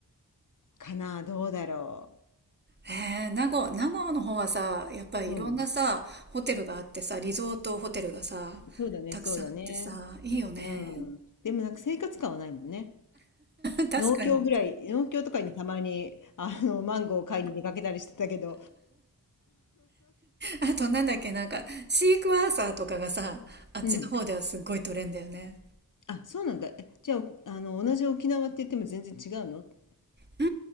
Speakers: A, on the left; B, on the right.
A: かな、どうだろ
B: えー、名護、名護の方はさ、やっぱりいろんなさ、
A: う。うん。
B: ホテルがあってさ、リゾートホテルがさ、
A: そうだね、
B: たくさんあってさ、
A: そうだね。
B: いいよね。
A: うん。でもなんか生活感はないもんね。
B: <laughs> 確かに。
A: 農協ぐらい、農協とかにたまに、あの、マンゴーを買いに出かけたりしてたけど、
B: あとなんだっけ、なんか、シークワーサーとかがさ、あっちの方ではすっごい取れんだよね。
A: うん。あ、そうなんだ。えじゃあ、あの、同じ沖縄って言っても全然違うの取
B: う